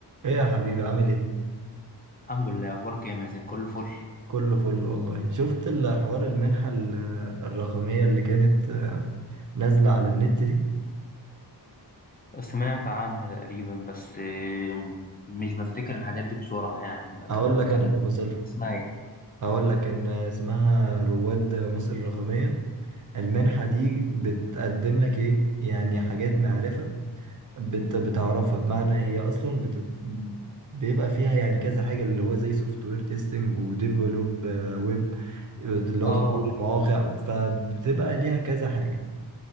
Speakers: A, on the right (about 50°); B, on the left (about 25°).
A: ايه يا حبيبي عامل ايه
B: الحمد لله أخبارك يا مازن كله فل
A: كله فل والله شفت الحوار المنحة ال- الرقمية اللي كانت آه، نازلة على النت دي
B: سمعت عنها تقريبا بس آه، مش بفتكر الحاجات دي بسرعة يعني عامة
A: اقول لك
B: كان
A: انا تفاصيلها
B: اسمها ايه؟
A: اقول لك ان اسمها رواد مصر الرقمية المنحة دي بتقدم لك ايه يعني حاجات معرفة بت بتعرفها بمعنى هي اصلا بت بيبقى فيها يعني كذا حاجة اللي هو زي سوفت وير تيستنج وديفلوب ويب اللي هو
B: اه
A: تطوير المواقع فبتبقى ليها كذا حاجة